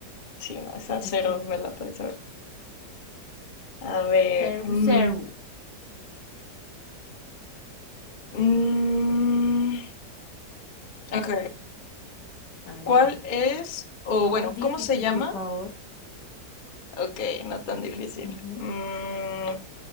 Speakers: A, on the left; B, on the left.
A: sí, no, esa cero
B: Es que
A: me la puedes saber. A ver,
B: Ceru
A: mm,
B: Ceru.
A: mm, ok,
B: A ver,
A: ¿cuál es, o
B: no
A: bueno,
B: muy difícil,
A: cómo se llama?
B: por favor.
A: Ok, no tan difícil.
B: Ujú.
A: Mm,